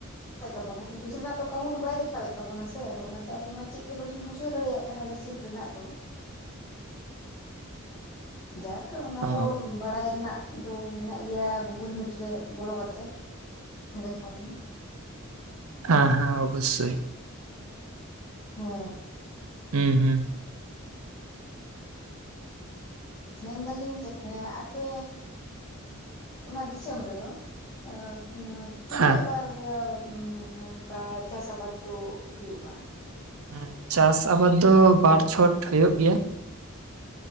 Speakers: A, on the left (about 20°); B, on the right (about 80°).
A: ᱛᱟᱵᱚᱱᱟ <unintelligible> ᱠᱟᱣᱩᱱᱴ ᱵᱟᱭ ᱫᱮᱷᱟᱣᱮᱫ ᱛᱟᱵᱚᱱᱟ ᱥᱮ ᱟᱫᱚ ᱚᱱᱟᱛᱮ ᱟᱞᱤᱧ ᱢᱟ ᱪᱮᱜ ᱜᱮ ᱵᱟᱹᱞᱤᱧ ᱵᱩᱡᱷᱟᱹᱣ ᱫᱟᱲᱮᱭᱟᱜ ᱠᱟᱱᱟ ᱨᱤᱥᱤᱯ ᱨᱮᱱᱟᱜ ᱫᱚ ᱾
B: <inaudible>
A: ᱡᱟᱠ ᱚᱱᱟ
B: ᱚ
A: ᱫᱚ ᱵᱟᱲᱟᱭ ᱨᱮᱱᱟᱜᱼᱼ ᱟᱫᱚ ᱢᱮᱱᱟᱜ ᱜᱮᱭᱟ ᱜᱩᱜᱩᱞ ᱢᱤᱴ ᱨᱮ ᱵᱚᱞᱚ ᱠᱟᱛᱮᱜ, ᱚᱸᱰᱮ ᱠᱷᱚᱱ
B: ᱦᱮᱸ ᱦᱮᱸ ᱚᱵᱚᱥᱥᱳᱭ ᱾
A: ᱦᱳᱻ
B: ᱦᱩᱸ ᱦᱩᱸ
A: ᱢᱮᱱᱫᱟᱹᱞᱤᱧ ᱪᱮᱜ ᱛᱮ ᱟᱯᱮ ᱚᱱᱟ ᱫᱤᱥᱚᱢ ᱨᱮᱫᱚ? ᱟ <unintelligible> ᱛᱤᱱᱟᱹᱜ
B: ᱦᱮᱸ
A: ᱵᱟᱨ ᱱᱚᱝᱠᱟ ᱪᱟᱥ ᱟᱵᱟᱫ ᱫᱚ ᱦᱩᱭᱩᱜᱼᱟ?
B: ᱦᱮᱸ ᱪᱟᱥ ᱟᱵᱟᱫ ᱫᱚ ᱵᱟᱨ ᱪᱷᱚᱴ ᱦᱳᱭᱳᱜ ᱜᱮᱭᱟ ᱾